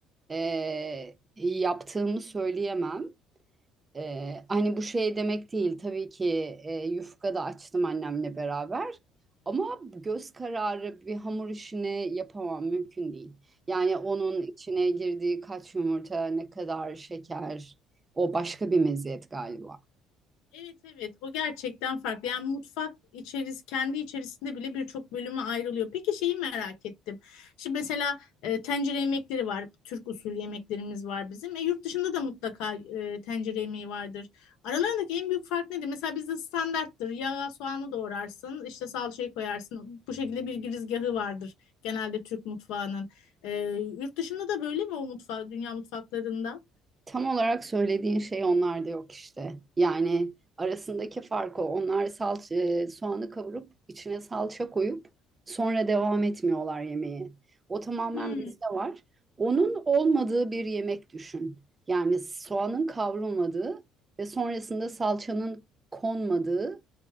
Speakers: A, on the right; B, on the left.
A: e, yaptığımı söyleyemem. Ee, hani bu şey demek değil tabii ki e, yufka da açtım annemle beraber ama göz kararı bir hamur işini yapamam mümkün değil. Yani onun içine girdiği kaç yumurta ne kadar şeker o başka bir meziyet galiba.
B: Evet evet o gerçekten farklı. Yani mutfak içeris kendi içerisinde bile birçok bölüme ayrılıyor. Peki şeyi merak ettim. Şimdi mesela e, tencere yemekleri var. Türk usulü yemeklerimiz var bizim. E, yurt dışında da mutlaka e, tencere yemeği vardır. Aralarındaki en büyük fark nedir? Mesela bizde standarttır. Yağ, soğanı doğrarsın, işte salçayı koyarsın. Bu şekilde bir girizgahı vardır genelde Türk mutfağının. E, yurt dışında da böyle mi o mutfak, dünya mutfaklarında?
A: Tam olarak söylediğin şey onlarda yok işte. Yani arasındaki fark o. Onlar salça, e, soğanı kavurup içine salça koyup sonra devam etmiyorlar yemeğe. O tamamen
B: Hmm,
A: bizde var. Onun olmadığı bir yemek düşün. Yani soğanın kavrulmadığı ve sonrasında salçanın konmadığı